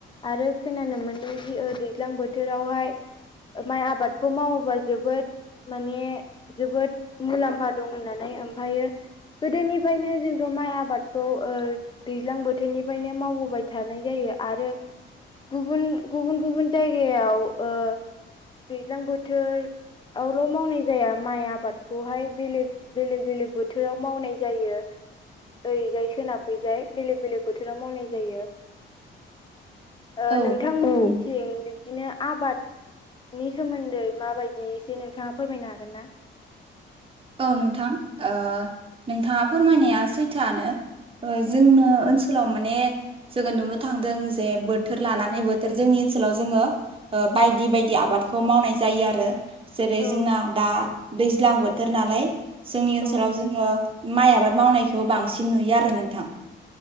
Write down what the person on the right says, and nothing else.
औ
औ नोंथां ओ नोंथाङा फोरमायनाया सैथोआनो।
जोंनो ओनसोलाव माने जोङो नुनो थांदों जे बोथोर लानानै बोथोर जोंनि ओनसोलाव जोङो ओ बायदि बायदि आबादखौ मावनाय जायो आरो। जेरै
जोंना दा दैज्लां बोथोर नालाय जोंनि ओनसोलाव
जोङो माइ आबाद मावनायखौ बांसिन नुयो आरो नोंथां